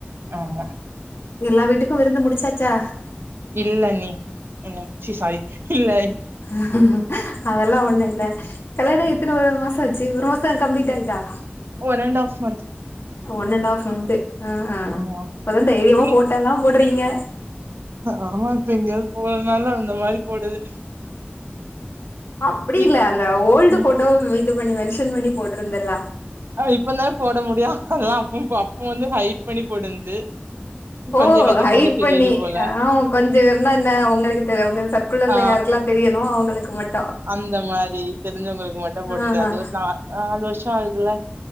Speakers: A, on the right; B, on the left.
A: ஆமா
B: எல்லா வீட்டுக்கு விருந்து முடிச்சாச்சா
A: இல்லண்ணி என்ன ச்சீ ஸாரி இல்ல
B: <unintelligible> அதெல்லா ஒண்ணு இல்ல கல்யாண ஆயி எத்தன வரு மாசம் ஆச்சு ஒரு மாசம் கம்ப்ளீட் ஆயிட்டா
A: one and half month
B: one and half month ஆ ஆ
A: ஆமா
B: இப்பதா தைரியமா
A: நீ
B: போட்டோல்லா போட்றீங்க
A: ஆமா இப்ப எங்கயாது போறனால அந்த மாரி போடுது
B: அப்டி
A: இப்
B: இல்ல அந்த ஓல்டு
A: ம்
B: போட்டோவ இது பண்ணி மென்ஷன் பண்ணி போட்டிருந்தல்லா
A: ஆ இப்பதான போட முடியு அதெல்லா அப்ப போ அப்போ வந்து ஹைடு பண்ணி போடுந்து
B: ஓ
A: கொஞ்ச பேத்துக்கு
B: ஹைடு
A: மட்டு தெரியுது
B: பண்ணி,
A: போல
B: ஆமா கொஞ்ச பேருன்னா என்ன உங்களுக்கு தெரிய உங்க சர்க்குலர்ல
A: ஆ
B: யாருக்குல்லா தெரிய னுமோ அவுங்களுக்கு மட்
A: அந்த மாரி தெரிஞ்சவங்களுக்கு மட்டு போட்டுருந்த
B: ஆ
A: அது
B: ஆ
A: ஒரு நா நாலு வருஷ ஆகுதுல